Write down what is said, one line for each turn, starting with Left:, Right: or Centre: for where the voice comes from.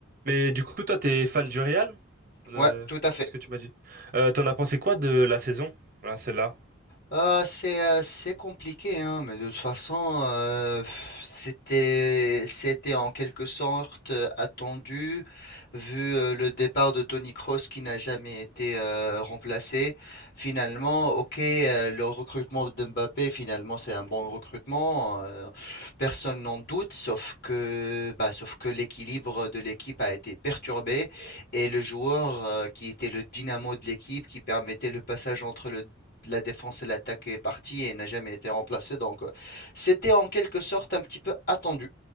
Right: Mais du coup, toi, t'es fan du Real? Euh,
Left: Ouais, tout à fait.
Right: c'est ce que tu m'as dit. Euh, t'en as pensé quoi de la saison? Voilà, celle-là.
Left: Ah, c'est euh, c'est compliqué, hein, mais de toute façon, euh, pff, c'était c'était en quelque sorte euh, attendu, vu euh, le départ de Tony Kroos qui n'a jamais été euh, remplacé. Finalement, ok, euh, le recrutement de Mbappé, finalement, c'est un bon recrutement, euh, personne n'en doute, sauf que bah, sauf que l'équilibre de l'équipe a été perturbé. Et le joueur euh, qui était le dynamo de l'équipe, qui permettait le passage entre le la défense et l'attaque est partie et n'a jamais été remplacée. Donc, euh, c'était en quelque sorte un petit peu attendu.